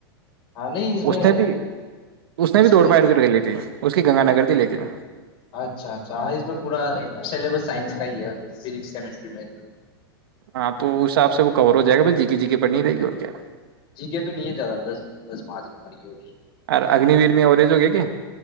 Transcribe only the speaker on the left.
ہاں نہیں اس میں
اس
میں
اچھا اچھا ہ اس میں پورا سلیبس سائنس <unintelligible> ہے فزکس کیمسٹری میں ایک <unintelligible>
جیگہ تو نہیں جاتتا دس دس پانچ نم مر گی ہو